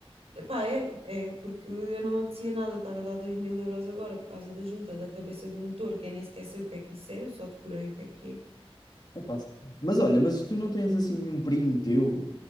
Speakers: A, on the right; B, on the left.
A: Epá, é, é, porque eu não me apetecia nada estar a dar dois mil euros agora por causa da junta da cabeça do motor, que eu nem sequer sei o que é que isso é, eu só decorei o que é que é.
B: Epá, Mas olha, mas tu não tens assim nenhum primo teu,